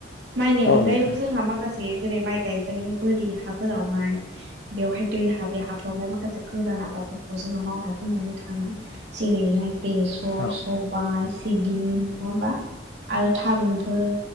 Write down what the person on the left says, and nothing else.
औ
नोंथां
औ